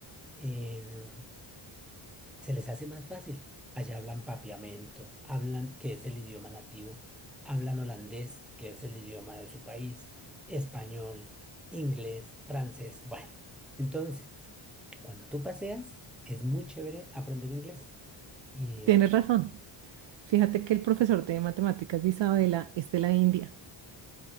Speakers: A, in the centre; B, on the right.
A: Em, se les hace más fácil. Allá hablan papiamento, hablan, que es el idioma nativo, hablan holandés, que es el idioma de su país, español, inglés, francés, bueno. Entonces, cuando tú paseas, es muy chévere aprender inglés. y
B: Tienes razón. Fíjate que el profesor de matemáticas de Isabela es de la India.